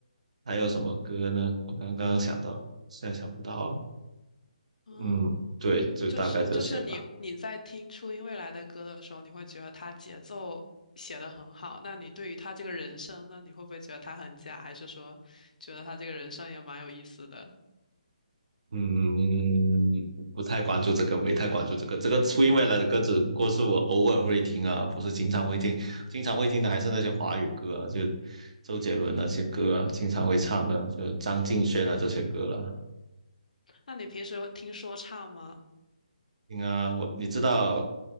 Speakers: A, on the right; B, on the left.
A: 还有什么歌呢？我刚刚想到，现在想不到了。
B: 嗯
A: 嗯，对，就大概这些吧。
B: 就是就是你你在听初音未来的歌的时候，你会觉得他节奏写的很好。那你对于他这个人声呢，你会不会觉得他很假，还是说觉得他这个人声也蛮有意思的？
A: 嗯，不太关注这个，没太关注这个。这个初音未来的歌只不过是我偶尔会听啊，
B: 嗯
A: 不是经常会听。经常会听的还是那些华语歌啊，就周杰伦那些歌啊，经常会唱的，就张敬轩啊这些歌了、
B: 嗯，那你平时会听说唱吗？
A: 听啊，我你知道，